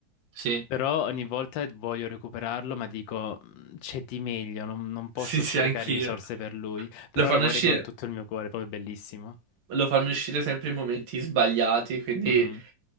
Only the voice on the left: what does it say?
però ogni volta voglio recuperarlo, ma dico "Mm, c'è di meglio, non, non posso
sprecare
risorse per lui, però
lo vorrei
con tutto il mio cuore, proprio bellissimo.
Mhm.